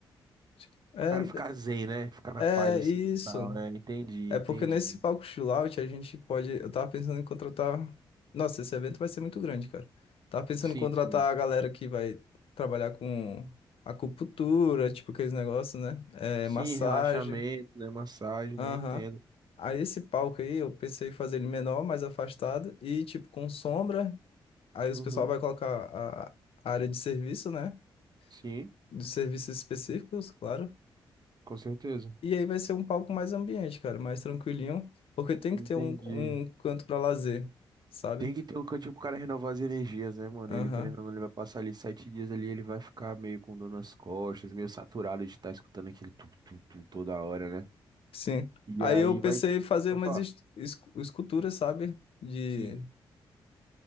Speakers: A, on the left; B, on the right.
A: tipo, é,
B: O cara ficar zen, né? Ficar na
A: é
B: paz assim
A: isso.
B: e tal, né? Entendi,
A: É
B: entendi.
A: porque nesse palco chill out a gente pode. Eu tava pensando em contratar. Nossa, esse evento vai ser muito grande, cara. Tava pensando
B: Sim,
A: em contratar
B: sim.
A: a galera que vai trabalhar com acupuntura, tipo aqueles negócios, né? É,
B: Sim,
A: massagem.
B: relaxamento, né? Massagem,
A: Aham.
B: né? Entendo.
A: Aí esse palco aí eu pensei em fazer ele menor, mais afastado e tipo com sombra. Aí os
B: Uhum.
A: pessoal vai colocar a a área de serviço, né?
B: Sim,
A: dos serviços específicos, claro.
B: com certeza.
A: E aí vai ser um palco mais ambiente, cara, mais tranquilinho, porque tem
B: Entendi.
A: que ter um, um canto para lazer, sabe?
B: Tem que ter um cantinho pro cara renovar as energias, né, mano?
A: Aham,
B: Ele querendo ou não, ele vai passar ali sete dias ali, ele vai ficar meio com dor nas costas, meio saturado de estar escutando aquele tum, tum, tum toda hora, né?
A: sim.
B: E
A: Aí
B: aí
A: eu
B: vai.
A: pensei em fazer
B: Pode
A: umas
B: falar.
A: es- es- esculturas, sabe? De,
B: Sim.